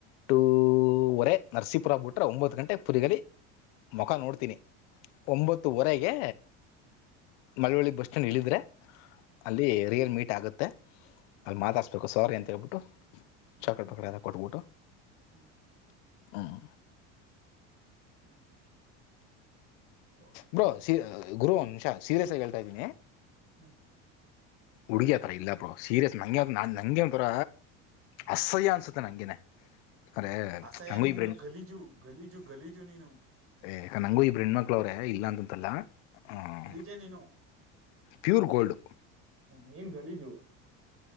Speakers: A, on the left (about 75°); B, on the right (about 40°).
A: ಟುವರೆ ನರಸೀಪುರ ಬಿಟ್ರೆ ಒಂಬತ್ತು ಗಂಟೆ ಪುರಿಗಲಿ ಮುಖ ನೋಡ್ ತಿನಿ ಒಂಬತ್ತುವರೆಗೆ ಮಳವಳ್ಳಿ ಬಸ್ ಸ್ಟ್ಯಾಂಡ್ ಇಳಿದ್ರೆ ಅಲ್ಲಿ ರಿಯಲ್ ಮೀಟ್ ಆಗುತ್ತೆ ಅಲ್ಲಿ ಮಾತಾಡ್ಸಬೇಕು ಸಾರಿ ಅಂತೇಳ್ಬಿಟ್ಟು.
B: ಹ್ಮ್
A: ಚಾಕ್ಲೆಟ
B: ಹ್ಮ್
A: ಪಾಕ್ಲೆತ ಎಲ್ಲಾ ಕೊಟ್ಬಿಟ್ಟು
B: ಹ್ಮ್
A: ಹ್ಮ್.
B: ಹ್ಮ್. ಒಳ್ಳೆ
A: ಬ್ರೋ
B: ಕಥೆ
A: ಗುರು ಒಂದ್ ನಿಮಿಷ ಸೀರಿಯಸ್ ಆಗಿ ಹೇಳ್ತಾ ಇದ್ದೀನಿ
B: ಹ್ಮ್.
A: ಹುಡುಗಿ ಆ ತರಾ ಇಲ್ಲ ಬ್ರೋ ಸೀರಿಯಸ್ ನಂಗೆ ನ ನಂಗೆ ಒಂತರ ಅಸಹ್ಯ ಅನ್ಸುತ್ತೆ ನಂಗೇನೆ ಯಾಕಂದ್ರೆ
B: ಅಸಹ್ಯ
A: ನಂಗೂ
B: ನೀನು
A: ಇಬ್ರ
B: ಗಲೀಜು ಗಲೀಜು ಗಲೀಜು ನೀನು
A: ಏ ಯಾಕೆ ನಂಗೂ ಇಬ್ರ ಹೆಣ್ಮಕ್ಳುವ್ರೇ ಇಲ್ಲ ಅಂತಂತಲ್ಲ ಹಾಂ.
B: ಎ ನೀನು
A: ಪ್ಯೂರ್ ಗೋಲ್ಡ್
B: ಹ ಏನ್ ಗಲೀಜು.